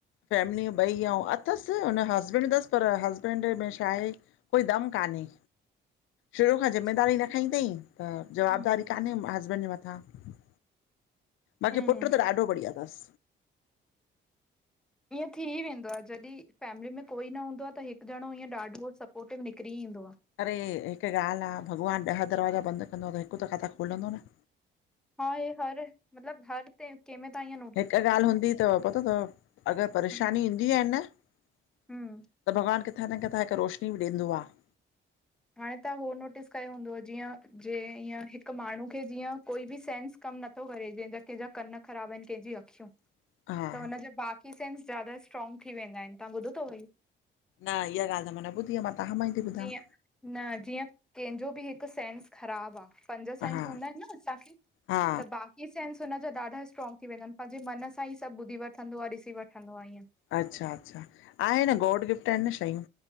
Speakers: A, on the left; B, in the centre.
A: फैमिली ॿई ऐं अथसि हुनजो हस्बैंड अथसि पर हस्बैंड में छा आहे। कोई दम कानहे। शुरू खां
B: अच्छा
A: ज़िमेदारी न खईं तई त जवाबदारी
B: हम्म
A: कान्हे हस्बैंड जे मथां। हा बाकी
B: हम्म
A: पुट त ॾाढो बढ़िया अथसि।
B: ईअं थी ई वेंदो आहे जॾहिं फैमिली में कोई न हूंदो आहे त हिकु ॼणो ईअं ॾाढो सपोटिव निकिरी ईंदो आ।
A: अड़े हिकु ॻाल्हि आहे भॻवानु ॾह दरवाजा बंदि कंदो आहे त हिकु त किथा खोलंदो न।
B: हा हे हर मतलब हर ते। कह में तव्हां हिय।
A: हिकु ॻाल्हि हूंदी तव पतो तव अगरि परेशानी
B: हम्म
A: ईंदी आहे न। त
B: हम्म
A: भॻवानु किथां न किथां हिक रोशनी बि ॾींदो आहे।
B: हाणे त हो नोटिस कयो हुंदुव जीअं। जे ईअं हिक माण्हू खे जीअं कोई बि सेंस कम नथो करे जहिंजा कंहिंजा कन ख़राब आहिनि कंहिंजी अखियूं।
A: हा।
B: हुन जा बाक़ी सेंस जदा स्ट्रॉंग थी वेंदा आहिनि तव्हां ॿुधो तव इहो।
A: न इहा ॻाल्हि त मां न ॿुधी आ मां तव्हां मां ई थी ॿुधां।
B: जीअं न जींअ कंहिंजो बि हिकु सेंस ख़राबु आ। पंज सेंस
A: हा
B: हूंदा आहिनि न असांखे
A: हा
B: त बा ई सेंस हुन जा ॾाढा स्ट्रॉग थी वेंदा आहिनि पंहिंजे मन सां ई सभु ॿुधी वठंदो आ ॾिसी वठंदो आ ईअं।
A: अच्छा। अच्छा। आहे न गोड़ गिफ्ट आहिनि न शयूं।